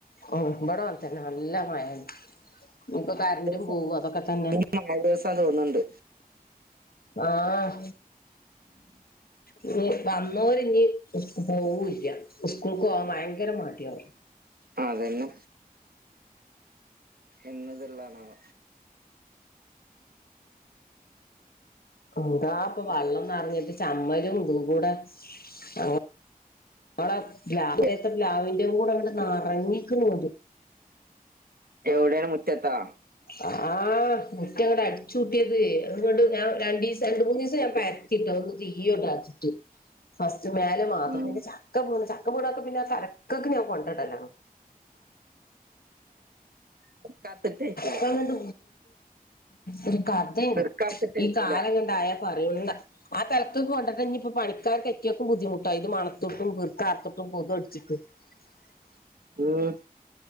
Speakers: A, on the left (about 80°); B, on the right (about 80°).
A: ഓ ഇവിടെനെതന്നെനല്ലമായഇണ്ട് നമുക്ക്
B: മഴ
A: കറണ്ട്
B: ദിവസം
A: പോകും അതൊക്കെ തന്നെ
B: ഇനി മഴ ദിവസാ തോന്നുന്നുണ്ട്
A: ആഹ
B: <unintelligible>
A: ഇനി വന്നോരിനിതിരിച്ച്പോകൂല്ല സ്കൂൾക്ക് പോവാൻ ഭയങ്കരമടിയ
B: ആ അതന്നെ എന്നതെല്ലാണവ
A: എന്താ അപ്പൊവള്ളംന്നറിഞ്ഞിട്ട് ചമ്മലും ഇതും കൂടെഅ നമ്മള ലാവത്തെ
B: എ
A: പലാവിന്റെയും കൂടെ അങ്ങ് നറഞ്ഞിക്ക് തോ
B: എവിടെയാണ് മുറ്റത്താ
A: ആഹ് മുറ്റഅങ്ങോട്ട്അടിചൂട്ടിയത് അങ്ങൊണ്ട് ഞാൻ രണ്ടിവസം രണ്ട മൂന്ന്ദിവസം ഞാൻ പ കിട്ടന്ന് തീണ്ടാച്ചിട്ട് ഫസ്റ്റ് മേലെ മാത്രചിന്റെചക്കവീണ്
B: ആഹ്
A: ചക്ക മൂടക്കെ പിന്നെ ആ തരക്കൊക്ക ഞാൻ കൊണ്ടിടല്
B: നിർക്കാത്തിട്ടേക്കൂല
A: ഹവൾട്ട ഒരു കഥയ
B: നിർക്കാത്തിട്ടേക്കൂല
A: ഈ കാലങ്ങണ്ടായ പറയുന്ന ആ തലത്തൊക്ക കൊണ്ടിട്ട ഇനി ഇപ്പൊ പണിക്കാർക്ക്റ്റയൊക്കും ബുദ്ധിമുട്ടായി ഇത് മണത്തിട്ടും വീർത്താർത്തോട്ടും പൊത്‌അടിച്ചിട്ട് <unintelligible>
B: ഉം